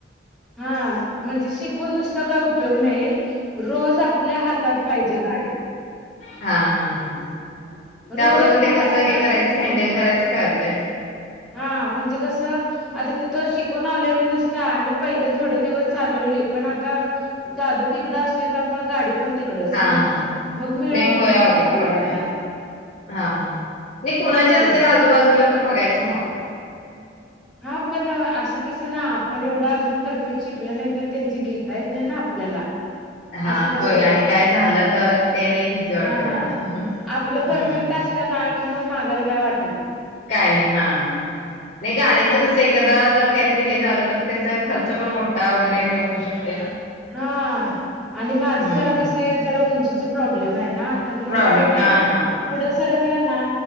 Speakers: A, in the centre; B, on the left.
A: हा म्हणजे शिकून नुसते चा काय उपयोग नाही. रोज आपल्या हातात पाहिजे गाडी.
B: हा हा हा
A: रोज
B: त्यामध्ये
A: आपल्या
B: ते कसं
A: हातात
B: हे
A: असली
B: करायचं
A: कणी,
B: हँडल करायचं कळतंय.
A: हा म्हणजे कस आता तिथ शिकून आलोय मी नुसता आणि पहिले थोडे दिवस चालवले. पण आता दादा तिकड असते त्यामुळे गाडी पण तिकडच
B: हा
A: ना
B: हा
A: मग मिळत नाही
B: होय
A: मला
B: अवघड
A: चालवायला.
B: पडतंय. हा हा. नाही कोणाचे
A: तेच की
B: असेल आजूबाजू तर बघायचं मग
A: हा पण असं कसं ना आपण एवढं अजून परफेक्ट शिकल नाही, तर त्यांची घेता येत नाही ना आपल्याला
B: हा
A: असं कसं
B: होय आणि काय झालं तर त्यानी भीती वाटते.
A: हा
B: आपलं
A: आपलं
B: हम्म
A: परफेक्ट
B: हम्.
A: असलं ना की मग मागायला काय वाट
B: काय नाही हा नाय ग
A: मा-
B: च कस काहीतरी हे झालं तर तेचा खर्च पण मोठा वगैरे हे होऊ शकत.
A: हा आणि माझं
B: हम्म
A: जरा
B: हम्म
A: कस आहे जरा उंची प्रॉब्लेम आहे. ना तर मग
B: प्रॉब्लेम
A: काय होतंय
B: हा हा
A: पुढं सर रकला ना